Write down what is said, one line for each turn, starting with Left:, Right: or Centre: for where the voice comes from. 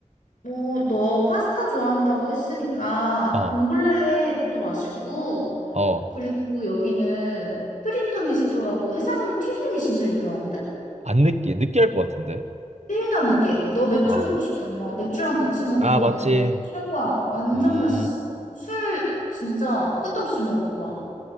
Left: 뭐, 너 파스타 좋아한다고 했으니까
Right: 어.
Left: 봉골레도 맛있고
Right: 어.
Left: 그리고 여기는 프리토 미스토라고 해산물 튀김이 진짜 유명하거든?
Right: 안 느끼해. 느끼할 것 같은데.
Left: 일도 안 맵게. 너 맥주
Right: 음.
Left: 먹고 싶다며. 맥주랑 같이 먹으면은
Right: 아 맞지.
Left: 진짜 최고야. 완전
Right: 음.
Left: 맛있어. 술 진짜 끝도 없이 먹을 거야.